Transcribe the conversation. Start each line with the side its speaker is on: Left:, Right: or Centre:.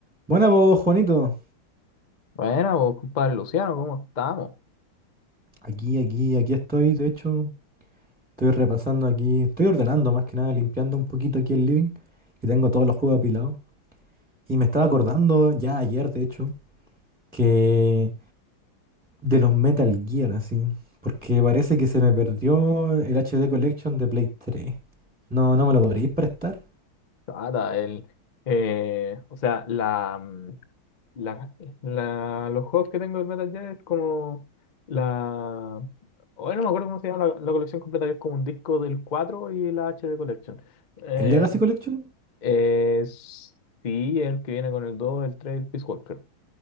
Centre: Buena vos, Juanito.
Left: Bueno, vos, compadre Luciano, ¿cómo estamos?
Centre: Aquí, aquí, aquí estoy. De hecho, estoy repasando aquí. Estoy ordenando más que nada, limpiando un poquito aquí el living. Y tengo todos los juegos apilados. Y me estaba acordando ya ayer, de hecho, que de los Metal Gear, así. Porque parece que se me perdió el HD Collection de Play 3. No, no me lo podréis prestar.
Left: Nada, el, eh, o sea, la, mm, la, la- los juegos que tengo del Metal Gear es como la... Hoy no me acuerdo cómo se llama la, la colección completa, que es como un disco del 4 y la HD Collection. Eh,
Centre: ¿El Legacy Collection?
Left: es, sí, el que viene con el 2, el 3, el Peace Walker.